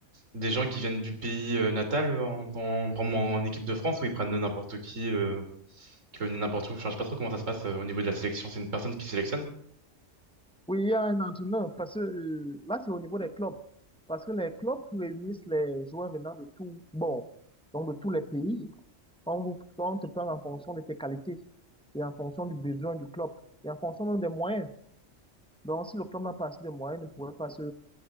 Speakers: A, on the right; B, in the centre.
A: des gens qui viennent du pays euh, natal euh, en, dans, par exemple, en équipe de France ou ils prennent n'importe qui, euh, qui peut venir n'importe où. Enfin, je sais pas trop comment ça se passe euh, au niveau de la sélection. C'est une personne qui sélectionne?
B: Oui, il y a un entraîneur, parce que euh, là, c'est au niveau des clubs. Parce que les clubs réunissent les joueurs venant de tout, bon, donc de tous les pays. On vous, on te prend en fonction de tes qualités et en fonction du besoin du club et en fonction même des moyens. Donc, si le club n'a pas assez de moyens, il ne pourrait pas se